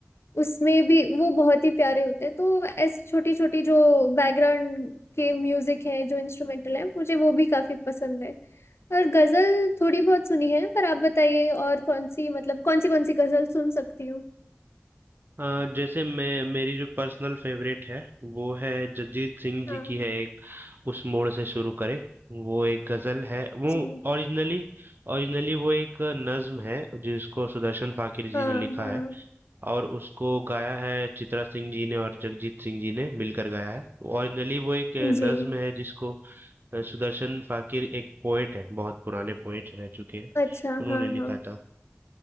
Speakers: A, on the left (about 70°); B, on the right (about 50°).
A: उसमें भी वो बहुत ही प्यारे होते हैं तो ऐसी छोटी छोटी जो बैकग्राउंड के म्यूजिक है जो इंस्ट्रूमेंटल है मुझे वो भी काफी पसंद है और गजल थोड़ी बहुत सुनी है पर आप बताइए और कौन सी मतलब कौन सी कौन सी गजल सुन सकती हूँ
B: अ, जैसे मैं मेरी जो पर्सनल फेवरेट है वो है जगजीत सिंह जी
A: हाँ
B: की है एक उस मोड़ से शुरू करे वो एक गजल है वो
A: जी
B: ओरिजिनली ओरिजिनली वो एक नज्म है जिसको सुदर्शन फाकिर जी
A: हाँ
B: ने लिखा
A: हाँ
B: है और उसको गाया है चित्रा सिंह जी ने और जगजीत सिंह जी ने मिलकर गाया है ओरिजिनली वो एक अ,
A: जी
B: नज्म है जिसको अ, सुदर्शन फाकिर एक पोएट है बहुत पुराने पोएट रह चुके हैं
A: अच्छा
B: उन्होंने
A: हाँ हाँ
B: लिखा था